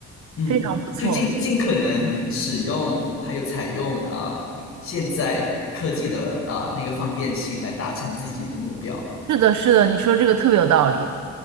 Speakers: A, on the left; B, on the right.
A: 嗯，
B: 非常不错。
A: 就尽尽可能使用还有采用啊、呃现在科技的啊、呃那个方便性来达成自己的目标。
B: 是的，是的，你说这个特别有道理。